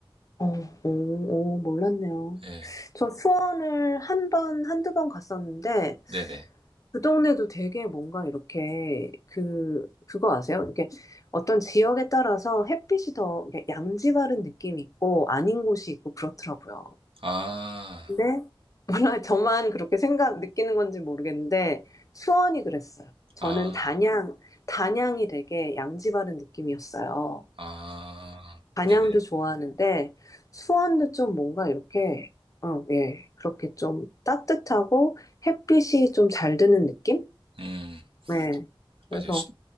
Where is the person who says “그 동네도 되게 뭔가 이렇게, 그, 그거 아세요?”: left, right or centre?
Left